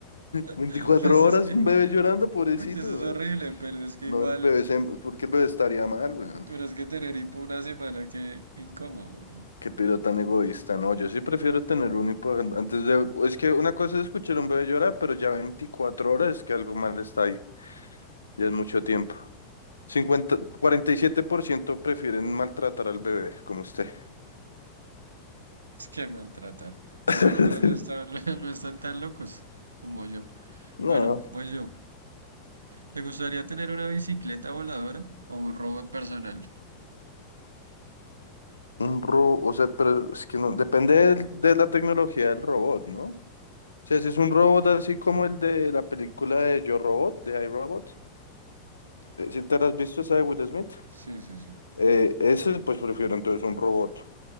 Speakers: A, on the left (about 75°); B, on the right (about 75°).
A: 24
B: <laughs> pues es
A: <laughs> horas,
B: que,
A: un bebé llorando, pobrecito.
B: uy, eso es
A: weón.
B: horrible, pero es que
A: No,
B: igual,
A: el bebé se... porque el bebé estaría mal, weón.
B: pero es que tener hipo una semana, qué incómodo, güey.
A: Qué pero tan egoísta. No, yo sí prefiero tener un hipo antes de... Es que una cosa es escuchar a un bebé llorar, pero ya 24 horas es que algo mal está ahí. Ya es mucho tiempo. cincuenta cuarenta y siete por ciento prefieren maltratar al bebé, como usted.
B: Es que maltratar. Ah,
A: <laughs>
B: bueno, pero no están, <laughs> no están tan locos como yo.
A: No,
B: Bueno, pues yo. ¿Le gustaría tener una bicicleta voladora o un robot personal?
A: Un robot, o sea, pero es que no, depende del- de la tecnología del robot, ¿no? O sea, si es un robot así como el de la película de Yo Robot, de I, Robot, eh, si te la has visto esa de Will Smith,
B: Sí, sí, sí.
A: eh, ese pues prefiero entonces un robot.